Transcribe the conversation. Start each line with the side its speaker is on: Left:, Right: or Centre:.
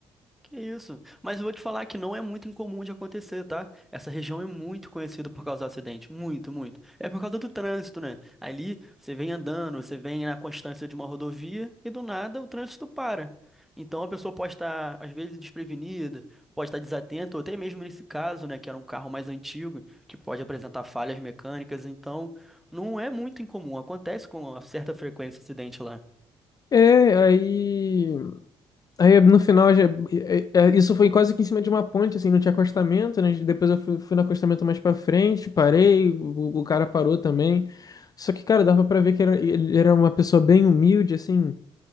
Centre: Que isso? Mas eu vou te falar que não é muito incomum de acontecer, tá? Essa região é muito conhecida por causar acidente, muito, muito. É por causa do trânsito, né? Ali você vem andando, você vem na constância de uma rodovia e do nada o trânsito para. Então a pessoa pode estar, às vezes, desprevenida, pode estar desatenta, ou até mesmo nesse caso, né, que era um carro mais antigo, que pode apresentar falhas mecânicas. Então não é muito incomum, acontece com uma certa frequência acidente lá.
Left: É, aí. Aí no final, já- é- é- isso foi quase que em cima de uma ponte, assim, não tinha acostamento, né? Depois eu fui, fui no acostamento mais pra frente, parei, o, o cara parou também. Só que, cara, dava pra ver que era- ele era uma pessoa bem humilde, assim.